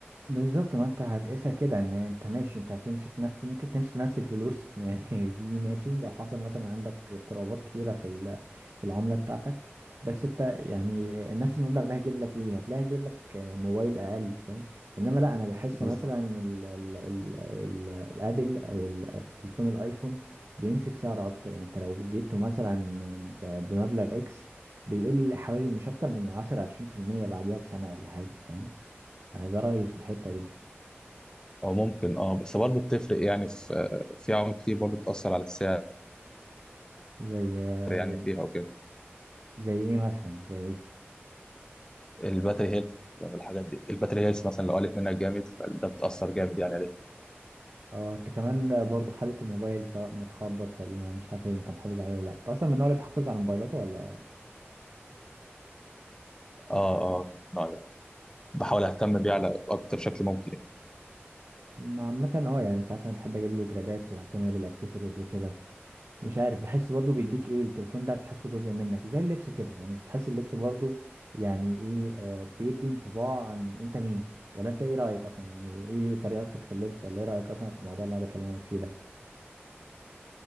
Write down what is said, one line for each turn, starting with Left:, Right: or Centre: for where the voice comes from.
Right: بالظبط ما انت هتقيسها كده ان انت ماشي انت هتمسك نفس ممكن تمسك نفس الفلوس <laughs> يعني دي ماشي لو حصل مثلا عندك اضطرابات كتيرة في ال- في العملة بتاعتك بس انت يعني نفس المبلغ ده هيجيب لك ايه هتلاقي هيجيب لك موبايل اقل فاهم انما لا انا بحس
Left: بالظبط
Right: مثلا ال
Left: اه
Right: ال ال ال الابل او ال- التليفون الايفون بيمسك سعر اكتر يعني انت لو جبته مثلا ب- بمبلغ اكس بيقل حوالي مش اكتر من 10 20% بعديها بسنة ولا حاجة فاهم فده رأيي في الحتة دي
Left: او ممكن اه بس برضو بتفرق يعني في في عوامل كتير برضو بتاثر على السعر
Right: زي
Left: يعني
Right: زي
Left: فيها وكده
Right: زي ايه مثلا زي ايه
Left: الباتري هيلث لما الحاجات دي الباتري هيلث مثلا لو قلت منها جامد فده بتاثر جامد يعني عليه
Right: اه انت كمان برضو حالة الموبايل سواء متخبط ولا مش عارف ايه اللي انت محافظ عليه ولا لا انت اصلا من النوع اللي بيحافظ على موبايلاته ولا
Left: اه اه نوع ده. بحاول
Right: يعني؟
Left: اهتم بيه على اكتر شكل ممكن يعني.
Right: ما عامة اه يعني انت عارف انا بحب اجيب له جرابات واهتم بالاكسسوارز وكده مش عارف بحس برضو بيديك ايه التليفون ده بتحسه جزء منك زي اللبس كده يعني بتحس اللبس برضو يعني ايه آه، بيدي انطباع عن انت مين ولا انت ايه رأيك اصلا يعني ايه طريقتك في اللبس ولا ايه رأيك اصلا في الموضوع اللي انا بكلمك فيه ده